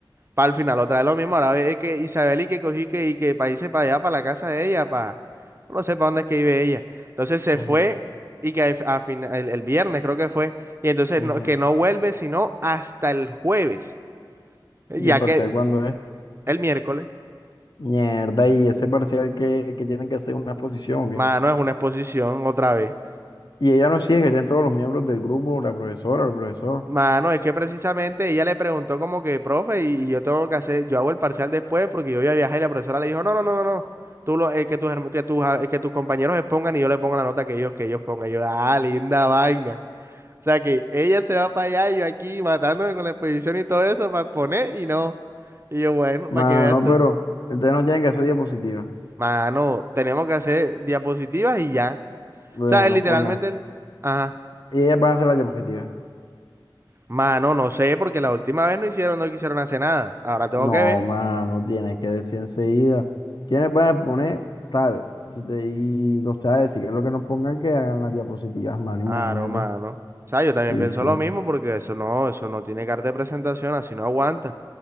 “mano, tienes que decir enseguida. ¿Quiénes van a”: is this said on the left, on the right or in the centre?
Left